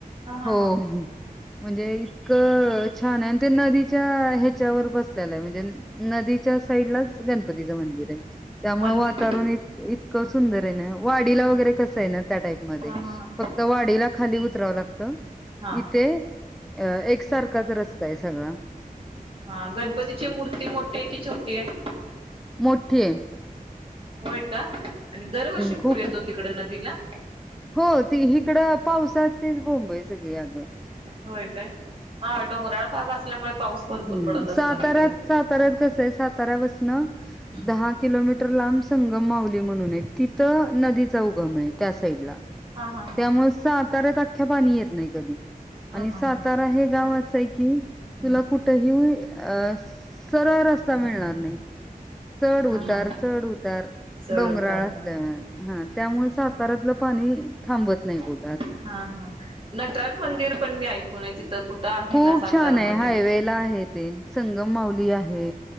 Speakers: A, on the right; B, in the centre.
A: हा हा
B: हो
A: हा
B: म्हणजे इतकं छान आहे आणि ते नदीच्या ह्याच्यावर बसलेला आहे म्हणजे नदीच्या साईडलाच गणपतीचं मंदिर आहे. त्यामुळे
A: मंदिर
B: वातावरण इ इतकं सुंदर आहे ना वाडीला वगैरे कसं <unintelligible> ना त्या टाईप मध्ये
A: हा हा हा
B: फक्त वाडीला खाली ला <unintelligible>
A: हा
B: इथे अ एकसारखाच रस्ता आहे सगळा
A: हा गणपतीची मूर्ती मोठी आहे कि छोटी आहे
B: मोठीये
A: होय का आणि दरवर्षी
B: खूप
A: पूर येतो तिकड नदीला
B: हो ती हिकडं पावसात ते बोंब सगळी आग
A: होय काय हा डोंगराळ भाग असल्यामुळे पाऊस भरपूर
B: हम्म
A: पडत असणार
B: साताऱ्यात
A: तिकड
B: साताऱ्यात कसंय साताऱ्या पासन बसणं
A: हा
B: दहा किलोमीटर लांब संगम माउली म्हणून आहे तिथं नदीचा उगम आहे त्या साईड ला
A: हा हा
B: त्यामुळे सा त <unintelligible> अ्ख्या पाणी येत नाही कधी,
A: हा
B: आणि
A: हा
B: सातारा हे गावा. सयकी <unintelligible> तुला
A: हा
B: कुठेही. <unintelligible> अ सरळ रस्ता मिळणार नाही. चढ उतार
A: हा हा
B: चढ उतार
A: चढ
B: डोंगराळ
A: उतार हा
B: असल्यावर हा. त्यामुळे साताऱ्यातलं पाणी. थांबत नाही. बोल.
A: हा हा नटराज मंदिर. ण मी ऐकय तिथं. आहे
B: खूप
A: ना सातारमध्ये
B: छान आहे हायवे ला आहेत. ते संगम माउली आहे.